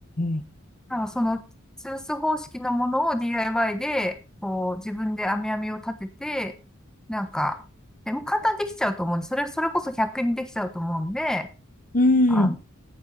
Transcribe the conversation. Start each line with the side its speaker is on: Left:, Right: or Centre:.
Left: ん
Centre: なんかその、吊るす方式のものを DIY で、こう、自分で編み編みを立てて、なんか、でも簡単にできちゃうと思うんで、それ、それこそ100均にできちゃうと思うんで、
Left: うん。
Centre: あの、
Left: うん。